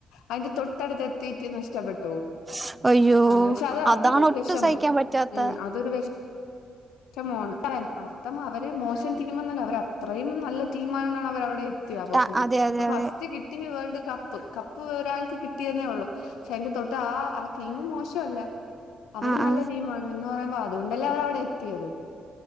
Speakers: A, on the left; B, on the right.
A: അതിന്റെ തൊട്ടടുത്തെത്തീട്ട് നഷ്ടപ്പെട്ടു
B: ശ്ശ് അയ്യോ
A: അങ്ങനെ പക്ഷെ അത്
B: അതാണൊട്ടും
A: അതൊരു വിഷമം
B: സഹിക്കാൻ പറ്റാത്തെ
A: ഉം അതൊരു വിഷമമാണ് അർത്ഥം അവരെ മോശം ടീംമെന്ന് അവര് അത്രയും നല്ല ടീമായോണ്ടാണ് അവരവിടെ എത്തിയ പോസിഷൻ
B: ആ അതെ അതെ
A: അപ്പൊ
B: അതെ
A: ഫസ്റ്റ് കി ട്ടി വേൾഡ് കപ്പ് കപ്പ് ഒരാൾക്ക് കിട്ടിയെന്നേ ഒള്ളു ക്ഷേ എന്റെ തൊട്ട് ആ ആ ടീമും മോശവല്ല അവരും
B: ആ
A: നല്ല
B: ആ
A: ടീമാണ് ന്ന് പറയുമ്പം അതുകൊണ്ടല്ലേ അവരവിടെ എത്തിയത്